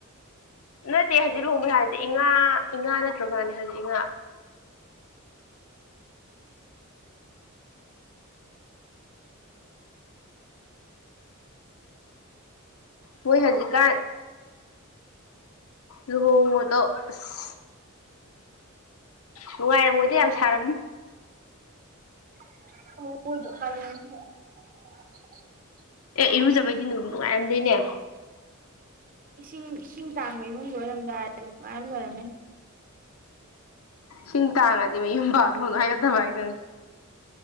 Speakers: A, on the left; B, on the right.
A: ꯅꯠꯇꯦ ꯍꯧꯖꯤꯛ ꯂꯨꯍꯣꯡꯕ꯭ꯔꯥꯠꯇꯦ ꯏꯉꯥ ꯏꯥꯅ ꯗ꯭ꯔꯃꯅꯦ ꯍꯧꯖꯤꯛ ꯉꯥ ꯃꯣꯏ ꯍꯧꯖꯤꯛꯀꯥꯟ ꯂꯨꯍꯣꯡꯉꯗꯣ ꯑꯁ <inaudible> ꯅꯨꯡꯉꯥꯏꯔꯝꯃꯣꯏꯗ
B: ꯀꯩꯗꯧꯕ
A: ꯌꯥꯝ ꯁꯥꯔꯝꯅꯤ
B: <inaudible> <unintelligible> <inaudible>
A: ꯏꯔꯨꯖꯕꯩꯗꯤꯅꯅꯨꯡ ꯅꯨꯡꯉꯥꯏꯔꯝꯗꯣꯏꯅꯦ
B: ꯏꯁꯤꯡ ꯏꯁꯤꯡ ꯇꯥꯡꯕ ꯏꯃꯨꯡꯗ ꯑꯣꯏꯔꯝꯗꯥꯔ ꯅꯨꯡꯉꯥꯏꯝ ꯂꯣꯏꯔꯝꯃꯦꯅ
A: ꯁꯤꯡ ꯇꯥꯡꯉꯗꯤ ꯃꯌꯨꯝ ꯍꯅ ꯍꯥꯏꯒꯗꯕꯥꯏꯅ